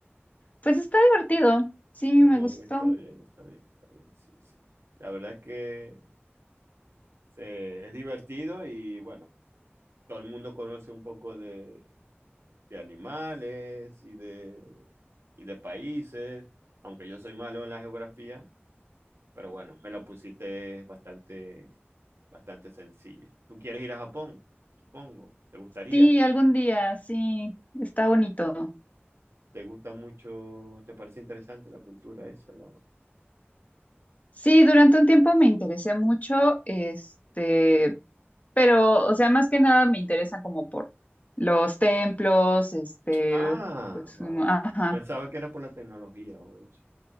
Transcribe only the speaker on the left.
Pues está divertido, sí,
me
gustó.
Sí, algún día, sí, está bonito.
Sí, durante un tiempo me interesé mucho, este, pero, o sea, más que nada me interesan como por los templos, este,
pues, como-
ajá.